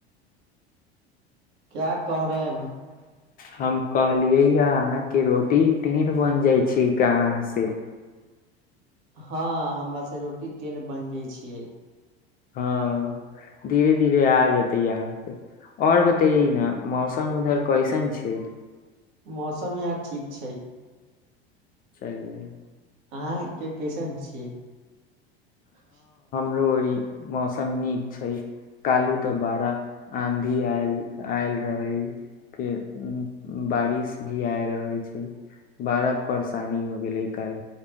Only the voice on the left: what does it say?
हम कहलियै या अहाँके रोटी टेढ़ बन जाइ छै का आहाँ से
हँ धीरे धीरे आ जेतै अहाँके आओर बतैै ने मौसम उधर कैसन छियै
चलिियए
रोड़ी मौसम नीक छै क्ू तऽ बड़ा आँधील आयल रहै फिर बारिश भी आय रहै छै बारा परेशानी हो गेल लै कल